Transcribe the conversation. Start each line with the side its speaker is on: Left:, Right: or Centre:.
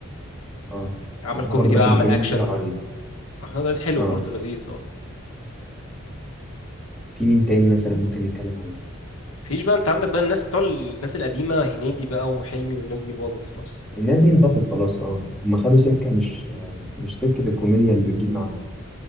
Centre: اه
Left: عمل
Centre: اصل
Left: كوميدي
Centre: انا برضه بحب
Left: بقى عمل
Centre: كريم
Left: اكشن
Centre: محمود عبد العزيز
Left: محمود عزيز حلو
Centre: اه
Left: برضه لذيذ اه
Centre: في مين تاني مثلا ممكن نتكلم عليه
Left: مفيش بقى انت عندك بقى الناس بتوع الناس القديمه هنيدي بقى وحلمي والناس دي باظت خلاص
Centre: الناس دي انطفت خلاص اه هم خدوا سكة مش مش سكة الكوميديا اللي بتجيب مع الناس